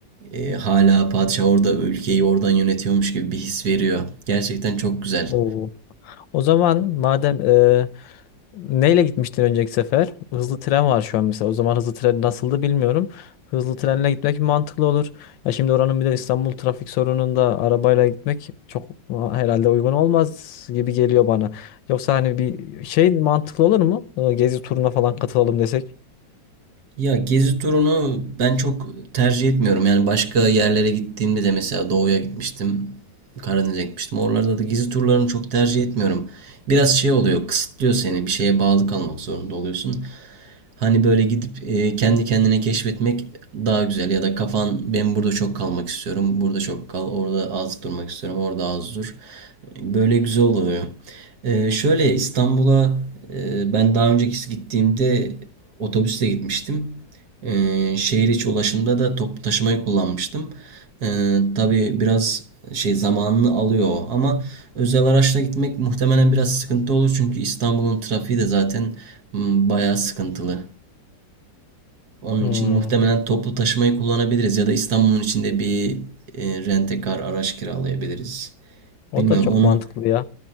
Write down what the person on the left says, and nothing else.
Oo. O zaman madem e, neyle gitmiştin önceki sefer? Hızlı tren var şu an mesela. O zaman hızlı tren nasıldı bilmiyorum. Hızlı trenle gitmek mantıklı olur. Ya şimdi oranın bir de İstanbul trafik sorununda arabayla gitmek çok e, herhalde uygun olmaz gibi geliyor bana. Yoksa hani bir şey mantıklı olur mu? E, Gezi turuna falan katılalım desek.
Hmm,
o
da çok
mantıklı ya.